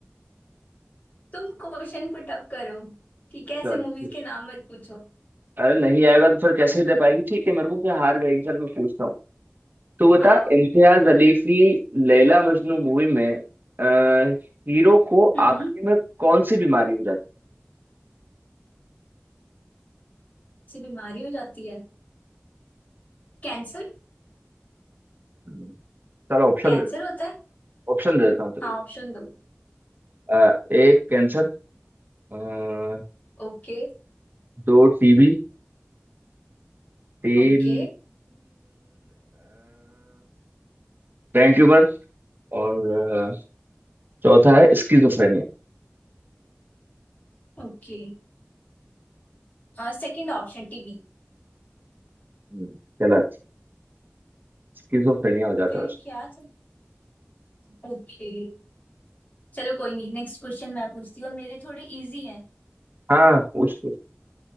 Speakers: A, on the left (about 35°); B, on the right (about 45°).
A: तुम क्वेश्चन पुट अप करो ठीक है ऐसे
B: चल
A: मूवीज
B: ठीक
A: के नाम मत पूछो
B: अरे नहीं आएगा तो फिर कैसे दे पाएगी ठीक है मेरे को क्या हार जाएगी चल मैं पूछता हूँ तो बता
A: हाँ हाँ
B: इम्तियाज अली की लैला मजनू मूवी में अ, हीरो को
A: हम्म
B: आखिरी में कौन सी बीमारी हो जाती
A: से बीमारी हो जाती है कैंसर
B: है चलो ऑप्शन
A: कैंसर
B: देता
A: होता है
B: हूँ ऑप्शन दे देता हूँ चलो
A: हाँ ऑप्शन दो
B: अ, एक कैंसर अ,
A: Okay
B: दो टीबी तीन
A: Okay
B: ब्रेन ट्यूमर और अ, चौथा है स्किजोफ्रेनिया
A: Okay second option TB
B: हम्म, गलत स्किजोफ्रेनिया हो जाता
A: फिर
B: है उसे।
A: क्या था ओके चलो कोई नहीं नेक्स्ट क्वेश्चन मैं पूछती हूँ और मेरे थोड़े इजी हैं हम्म
B: हाँ पूछ पूछ